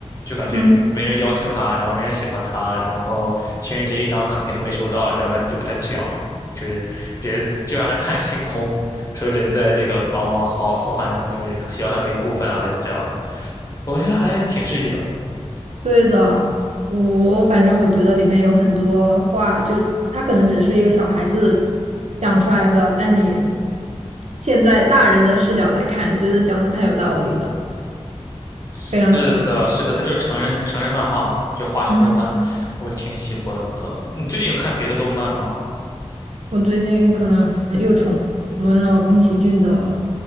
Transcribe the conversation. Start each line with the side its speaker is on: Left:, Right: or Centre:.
Left: 就感觉没人邀请他，
Right: 嗯，
Left: 然后没人喜欢他，然后情人节一张卡片都没收到，然后莱农就给他讲，就是人就让他看星空，说人在这个茫茫浩浩瀚中就是小小的一部分啊，类似这样的，我觉得还挺治愈的。
Right: 对的。我反正我觉得里面有很多话，就是他可能只是一个小孩子讲出来的，但你现在大人的视角来看，觉得讲的太有道理了，非常喜欢。
Left: 是的，是的，它就是成人成人漫画嘛，就花生动漫，
Right: 嗯。
Left: 我挺喜欢的。你最近有看别的动漫吗？
Right: 我最近可能又重温了宫崎骏的